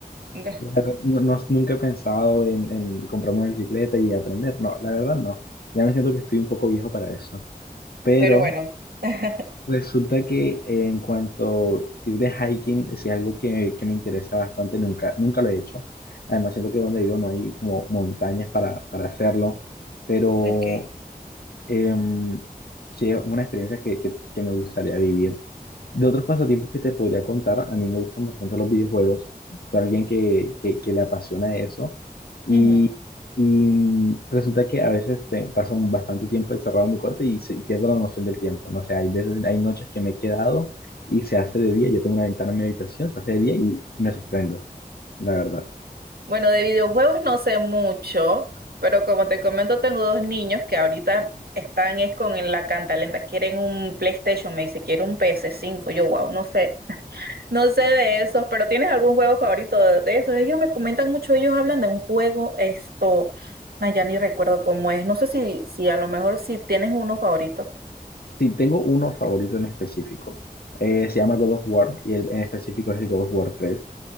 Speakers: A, on the right (about 85°); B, on the left (about 85°).
A: <laughs>
B: La verdad, No, no- nunca he pensado en, en comprarme una bicicleta y aprender. No, la verdad no. Ya me siento que estoy un poco viejo para eso. Pero
A: pero bueno. <laughs>
B: resulta que en cuanto ir de hiking es algo que, que me interesa bastante. Nunca, nunca lo he hecho. Además, siento que donde vivo no hay como montañas para, para hacerlo. Pero
A: Ok.
B: Em, sí, es una experiencia que, que, que me gustaría vivir. De otros pasatiempos que te podría contar, a mí me gustan bastante los videojuegos. Soy alguien que, que, que le apasiona eso. Y,
A: Ujú.
B: y mm, resulta que a veces te- paso un bastante tiempo encerrado en mi cuarto y se- pierdo la noción del tiempo. No sé, hay veces, hay noches que me he quedado y se hace de día. Yo tengo una ventana en mi habitación, se hace de día y me sorprendo, la verdad.
A: Bueno, de videojuegos no sé mucho, pero como te comento, tengo dos niños que ahorita están es con el- la cantalenta, quieren un PlayStation, me dice, quiero un ps cinco yo wow, no sé, no sé de esos, pero ¿tienes algún juego favorito de, de esos? Ellos me comentan mucho, ellos hablan de un juego, esto, ay, ya ni recuerdo cómo es, no sé si, si a lo mejor si tienes uno favorito.
B: Sí, tengo uno favorito en específico. Eh, se llama God of War y el en específico es el God of War tres